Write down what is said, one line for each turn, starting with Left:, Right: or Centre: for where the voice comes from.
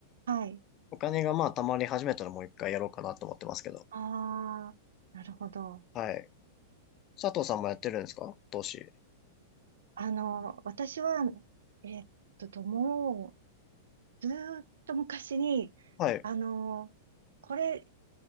Right: あ。はい。
Left: お金がまあ溜まり始めたらもう一回やろうかなと思ってますけど。
Right: ああ、なるほど。
Left: はい。佐藤さんもやってるんですか投資。
Right: あの、私は、えっと、と、もう、ずーっと昔に、
Left: はい。
Right: あの、これ、